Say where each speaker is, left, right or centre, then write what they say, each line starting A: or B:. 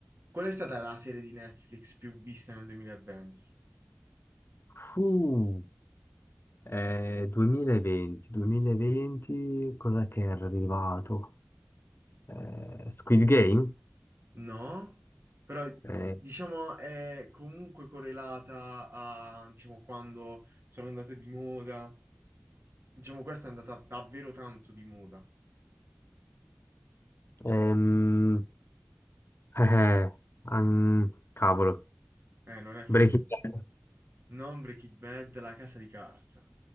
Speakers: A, on the right; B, on the left.
A: Qual è stata la serie di Netflix più vista nel 2020?
B: Fu, eh, 2020, 2020, cos'è che era arrivato? Eh, Squid Game?
A: No, però
B: Eh,
A: diciamo è comunque correlata a, diciamo, quando sono andate di moda. Diciamo, questa è andata davvero tanto di moda.
B: ehm, eh, eh, an- cavolo,
A: Eh, non è facile.
B: Breaking Bad.
A: Non Breaking Bad, La casa di carta.